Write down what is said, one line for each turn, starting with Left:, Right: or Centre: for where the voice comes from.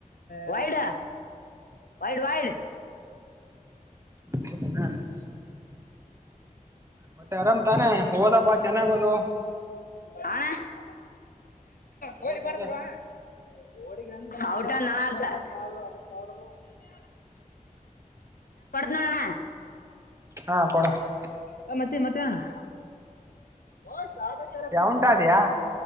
Left: ವೈಡ ವೈಡ್ ವೈಡ್
Right: <unintelligible> ಮತ್ತೆ ಆರಾಮ್ ತಾನೆ ಓದಪ್ಪಾ ಚೆನ್ನಾಗ್ ಓದು
Left: ಹ <unintelligible> ಹಿಿ
Right: ಓದಂದೆ
Left: ಪಡದುರುವ <inaudible> ಓಡಿ. <inaudible> ಹೌಟಾ, ನಾನತ? <inaudible> ಯಾವಧೂರಲೋ, ಕೊಡುತೀನಿ, ನೋಡೋಣ? <unintelligible>
Right: ಹಾ, ಕೊಡು. <inaudible>
Left: ಹ ಮತ್ತೆ ಮತ್ತೆಣ? <inaudible> ವಾಷ್. <inaudible> ಟ ಜರ ಊಟ
Right: ಉಂಟಾದ್ಯಾ
Left: ವೈ